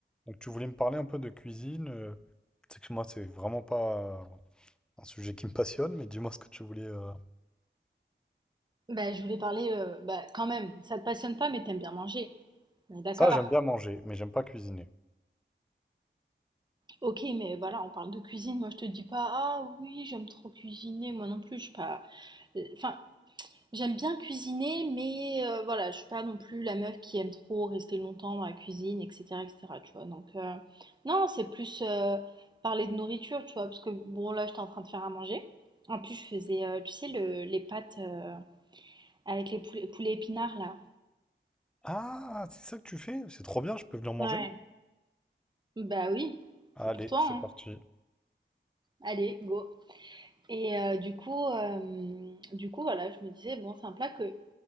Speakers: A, in the centre; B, on the right.
A: Donc tu voulais me parler un peu de cuisine. euh, Tu que moi, c'est vraiment pas un sujet qui me passionne, mais dis-moi ce que tu voulais. euh.
B: Bah, je voulais parler, euh, bah, quand même, ça te passionne pas, mais t'aimes bien manger. On est d'accord.
A: Ça, j'aime bien manger, mais j'aime pas cuisiner.
B: Ok, mais voilà, on parle de cuisine. Moi, je te dis pas, ah oui, j'aime trop cuisiner. Moi non plus, je suis pas. euh, Enfin, j'aime bien cuisiner, mais euh, voilà, je suis pas non plus la meuf qui aime trop rester longtemps dans la cuisine, etc., etc. Tu vois. Donc, euh, non, c'est plus euh, parler de nourriture, tu vois, parce que bon, là, j'étais en train de faire à manger. En plus, je faisais, euh, tu sais, le- les pâtes euh, avec les poulets, poulets épinards là.
A: Ah, c'est ça que tu fais? C'est trop bien, je peux venir manger?
B: Ouais. Bah oui,
A: Allez,
B: c'est pour toi,
A: c'est
B: hein.
A: parti.
B: Allez, go. Et euh, du coup, euh, du coup, voilà, je me disais, bon, c'est un plat que-